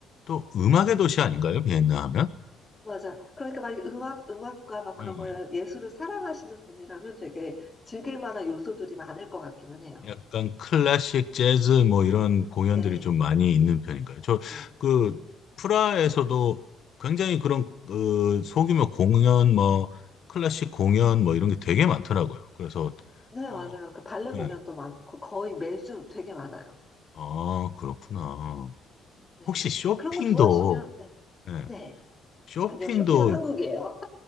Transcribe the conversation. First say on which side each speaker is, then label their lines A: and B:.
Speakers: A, on the left (about 60°); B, on the left (about 25°).
A: 또 음악의 도시 아닌가요? 비엔나 하면?
B: 맞아. 그러니까 만약에 음악, 음악과 막 그런
A: 음, 음.
B: 걸, 예술을 사랑하시는 분이라면 되게 즐길 만한 요소들이 많을 것 같기는 해요.
A: 약간 클래식 재즈 뭐 이런 공연들이
B: 네.
A: 좀 많이 있는 편인가요? 저
B: 응.
A: 그 프라하에서도 굉장히 그런 그 소규모 공연 뭐 클래식 공연 뭐 이런 게 되게 많더라고요. 그래서
B: 네,
A: 어,
B: 맞아요. 그 발레
A: 네.
B: 공연도 많고, 거의 매주 되게 많아요.
A: 아, 그렇구나.
B: 네.
A: 혹시 쇼핑도
B: 그런 거 좋아하시면, 네.
A: 네.
B: 네.
A: 쇼핑도
B: 아니요, 쇼핑은 한국이에요.